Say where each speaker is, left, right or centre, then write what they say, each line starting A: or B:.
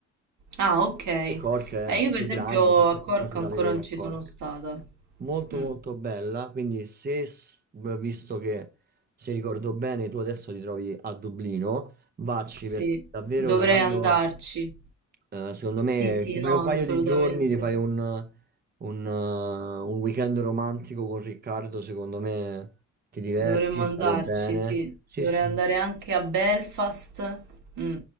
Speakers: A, on the right (about 75°); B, on the right (about 30°).
A: Ah, ok.
B: E Cork è
A: Eh,
B: un po'
A: io per
B: più
A: esempio
B: grande, c'è un po'
A: a
B: più
A: Cork
B: cose
A: ancora
B: da vedere
A: non
B: a
A: ci
B: Cork.
A: sono stata.
B: Molto
A: Mm,
B: molto bella, quindi se, s- visto che se ricordo bene, tu adesso ti trovi a Dublino, vacci
A: sì,
B: perché davvero,
A: dovrei
B: davvero,
A: andarci.
B: eh, secondo me
A: Sì, sì,
B: ti
A: no,
B: fai un
A: assolutamente.
B: paio di giorni, ti fai un, un, eh, un weekend romantico con Riccardo, secondo me ti diverti,
A: Dovremmo andarci,
B: state bene.
A: sì.
B: Sì,
A: Dovrei
B: sì,
A: andare anche a Belfast. Mm.